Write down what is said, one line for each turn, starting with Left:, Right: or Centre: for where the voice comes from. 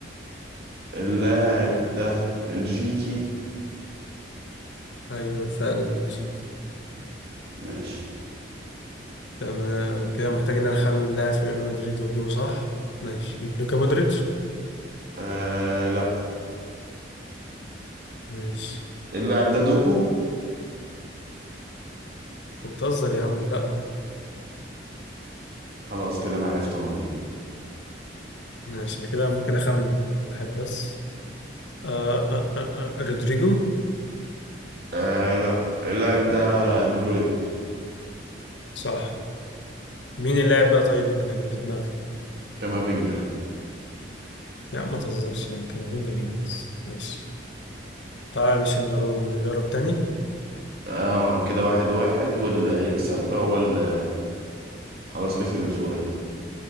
Right: اللاعب
Left: تمام
Right: ده بلجيكي
Left: ايوه فعلا بلجيكي
Right: ماشي
Left: تمام انا كده محتاج ان انا اخمن لاعب في ريال مدريد واجيبه صح ماشي لوكا مودريتش
Right: آه لا
Left: ماشي
Right: اللاعب ده دوكو
Left: انت بتهزر يا عم لا
Right: خلاص كده انا عرفت هو مين
Left: ماشي انا كده ممكن اخمن واحد بس آه آه آه آه. رودريجو
Right: آه لا اللاعب ده دي بروين
Left: صح مين اللاعب بقى طيب اللي كان في دماغك
Right: كامافينجا
Left: لا ما تهزرش يا عم كامافينجا مين بس ماشي تعال مش يلا نجرب تاني
Right: اه كده واحد واحد واللي يكسب هو اللي خلاص كسب الفورة دي